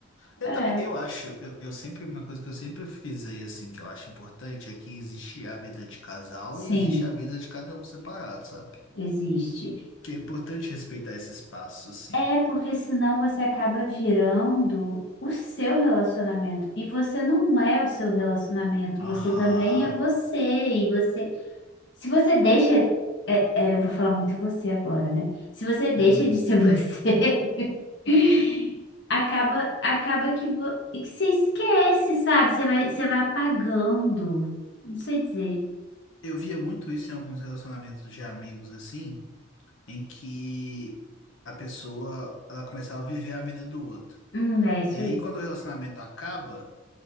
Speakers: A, on the left; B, on the left.
A: Eu
B: é,
A: também, eu acho, eu, eu sempre, uma coisa que eu sempre frisei, assim, que eu acho importante é que existe a vida de casal
B: sim,
A: e existe a vida de cada um separado, sabe?
B: existe.
A: Que é importante respeitar esse espaço, assim.
B: É porque senão você acaba virando o seu relacionamento. E você não é o seu relacionamento,
A: Aham.
B: você também é você. E você, se você deixa, é- é, eu vou falar muito você agora, né? Se você deixa
A: Uhum.
B: de ser <laughs> você, acaba, acaba que, vo, que você esquece, sabe? Você vai, você vai apagando. Não sei dizer.
A: Eu via muito isso em alguns relacionamentos de amigos, assim, em que a pessoa, ela começava a viver a vida do outro.
B: Hum, é isso
A: E aí,
B: aí.
A: quando o relacionamento acaba,